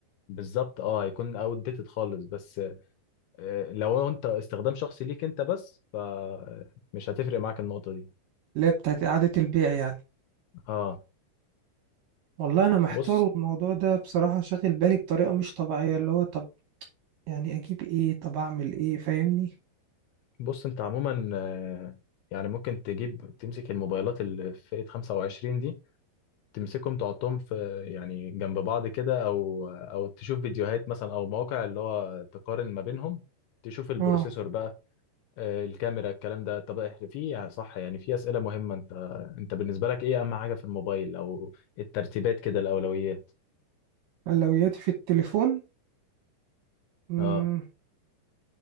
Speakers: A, on the left; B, on the right.
A: بالظبط اه هيكون اوت ديتد خالص بس آه، لو انت استخدام شخصي ليك انت بس فمش هتفرق معاك النقطة دي
B: اللي هي بتاعت اعاده البيع يعني
A: اه
B: والله انا محتار
A: بص
B: والموضوع ده بصراحه شاغل بالي بطريقه مش طبيعيه اللي هو طب يعني اجيب ايه طب اعمل ايه فاهمني
A: بص انت عموما آه، يعني ممكن تجيب تمسك الموبايلات اللي في فئة 25 دي تمسكهم تحطهم في يعني جنب بعض كده او او تشوف فيديوهات مثلا او مواقع اللي هو تقارن ما بينهم تشوف البروسيسور
B: اه
A: بقى آه، الكاميرا الكلام ده طب احنا في صح يعني في أسئلة مهمة انت انت بالنسبة لك ايه اهم حاجة في الموبايل او الترتيبات كده الاولويات
B: اولوياتي في التليفون مم.
A: اه